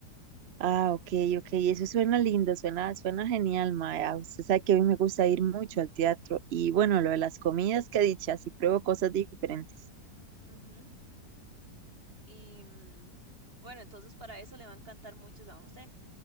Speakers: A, on the right; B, on the right.
A: Ah, ok, ok, eso suena lindo, suena, suena genial, Maya. Usted sabe que a mí me gusta ir mucho al teatro y bueno, lo de las comidas que he dicho, así pruebo cosas diferentes.
B: Ujú. Y mm, bueno, entonces para eso le va a encantar mucho San José.